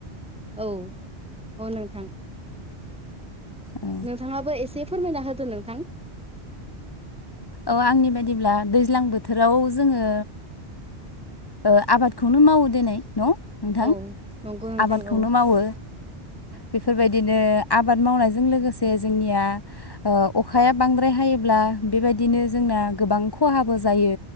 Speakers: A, in the centre; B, on the left.
A: औ औ नोंथां।
B: औ
A: नोंथाङाबो एसे फोरमायना होदो नोंथां।
B: औ आंनि बायदिब्ला दैज्लां बोथोराव जोङो ओ आबादखौनो मावो दिनै न' नोंथां
A: औ नंगौ नोंथां
B: आबादखौनो
A: औ
B: मावो बेफोरबायदिनो आबाद मावनायजों लोगोसे जोंनिया ओ अखाया बांद्राय हायोब्ला बेबायदिनो जोंना गोबां खहाबो जायो।